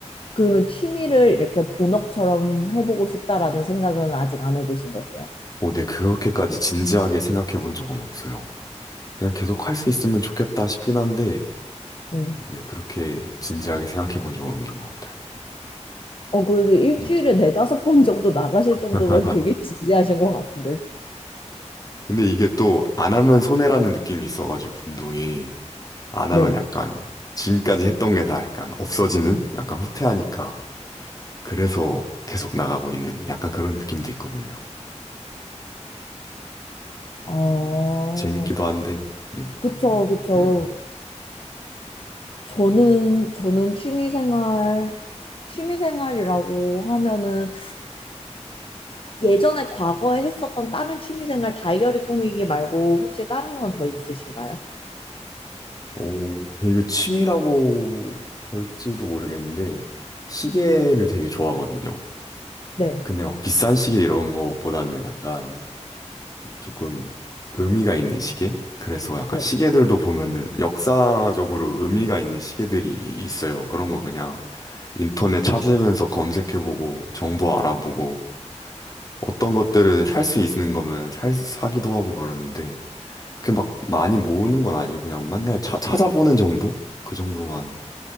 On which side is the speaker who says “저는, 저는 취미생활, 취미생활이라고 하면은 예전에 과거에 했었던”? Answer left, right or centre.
Left